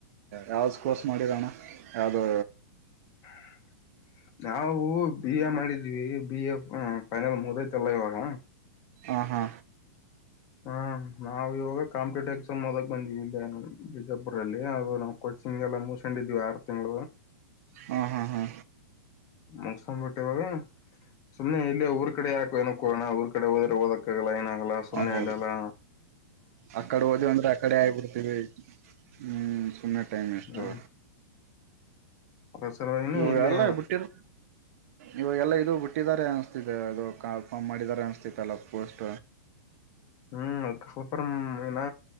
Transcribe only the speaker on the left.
<unintelligible> ನಾವು ಬಿ ಎ ಮಾಡಿದ್ವಿ ಬಿ ಎ ಫೈನಲ್ ಮುದೈತಲ್ಲ ಇವಾಗ
ಹ್ಮ ನಾವವು ಇವಾಗ ಕಾಂಪಿಟೇಟಿವ್ ಎಕ್ಸಾಮ್ ಮೊದಕ್ ಬಂದೀವಿ ಬಿಜಾಪುರಲ್ಲಿ ಅದು ನಾವು ಕೋಚಿಂಗ್ ಎಲ್ಲ ಮುಿಸಂಡ ಇದ್ವಿ ಆರು ತಿಂಳ
ಮಸಮ ಬಟ್ಟೆ ಬ ಸುಮ್ಮನೆ ಇೇ ಊರ್ ಕಡೆ ಯಾಕೋ ಏನಕ್ಕೋಣ ಊರ್ ಕಡೆ ಹೋದ್ರೆ ಓದಕ್ಕಗಲ್ಲ ಏನ ಅಲ್ಲ ಸುಮ್ಮನೆ
ಅಲ್ಲ ಅಲ್ಲಾ
ಹ್ಮ್ ಅದ್ರ ಸಲುವಾಗಿ
ಇಲ್ಲಿ
ಹ್ಮ್ ಕಲ್ಫರ್ಮ್ ಇಏ